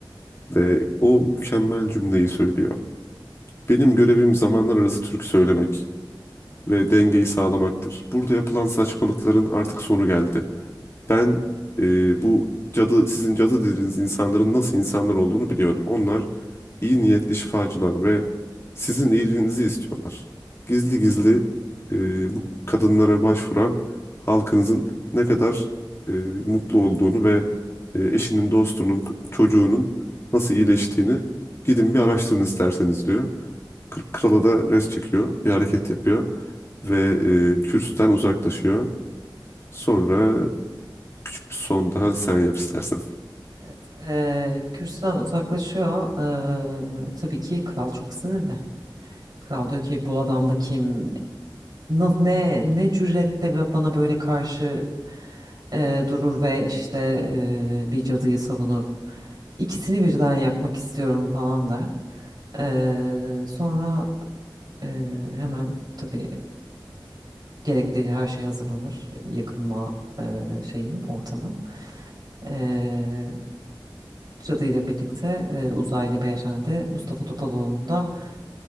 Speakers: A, on the left; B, on the right.
A: ve o mükemmel cümleyi söylüyor. Benim görevim zamanlar arası türkü söylemek ve dengeyi sağlamaktır. Burada yapılan saçmalıkların artık sonu geldi. Ben e, bu cadı sizin cadı dediğiniz insanların nasıl insanlar olduğunu biliyorum. Onlar iyi niyetli şifacılar ve sizin iyiliğinizi istiyorlar. Gizli gizli e, bu kadınlara başvuran halkınızın ne kadar e, mutlu olduğunu ve e, eşinin, dostunun, çocuğunun nasıl iyileştiğini gidin bir araştırın isterseniz diyor. Kır- Krala da res çekiyor, bir hareket yapıyor
B: Hı
A: ve
B: hı.
A: e, kürsüden uzaklaşıyor. Sonra Küçük bir son daha sen yap istersen.
B: Evet, e, kürsüden uzaklaşıyor. E, tabii ki kral çok sinirli. Kral diyor ki bu adam da kim? Na- Ne ne cüretle bana böyle karşı e, durur ve işte e, bir cadıyı savunur. İkisini birden yakmak istiyorum falan der. Ee, sonra e, hemen tabii gerekli her şey hazırlanır. Yakınma e, şeyi, ortamı. Ee, cadıyla birlikte e, uzaylı beyefendi Mustafa Topaloğlu'nu da